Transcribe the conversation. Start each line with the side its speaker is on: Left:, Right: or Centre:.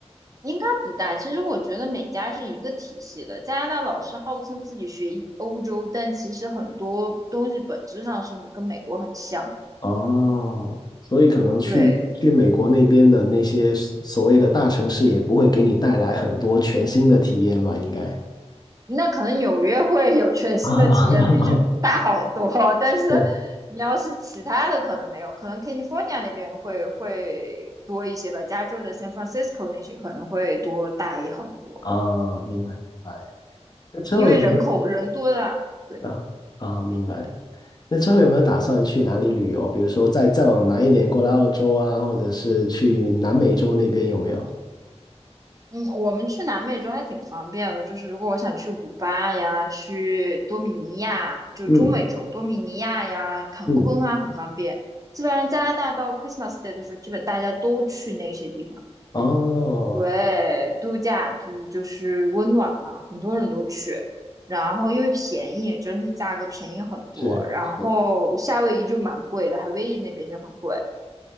Right: 应该不大。其实我觉得美加是一个体系的。加拿大老是号称自己学欧洲，但其实很多东西本质上是跟美国很像。
Left: 哦，所以可能去去美国那边的那些所所谓的大城市也不会给你带来很多全新的体验吧，
Right: 对。
Left: 应该。
Right: 那可能纽约会有全新的体验，
Left: <laughs> 啊，
Right: 毕竟大好多。但是你要是其他的，
Left: 是
Right: 可能没有，可能 California 那边会会多一些吧，加州的 San Francisco 那些可能会多大也很多，
Left: 啊，明白明白。那之后有没有？
Right: 因为人口人多的啊。对，
Left: 啊啊，明白。那之后有没有打算去哪里旅游？比如说再再往南一点，过来澳洲啊，或者是去南美洲那边有没有？
Right: 嗯，我们去南美洲还挺方便的，就是如果我想去古巴呀，去多米尼亚，就中美洲多米尼亚呀、
Left: 嗯
Right: 坎昆啊，
Left: 嗯，
Right: 很方便。基本上加拿大到 Christmas Day 的时候，基本大家都去那些地方。
Left: 哦，
Right: 对，度假度就是温暖嘛，很多人都去。然后因为便宜，整体价格便宜很多。
Left: 是是，
Right: 然后夏威夷就蛮贵的，夏威夷那边就很贵。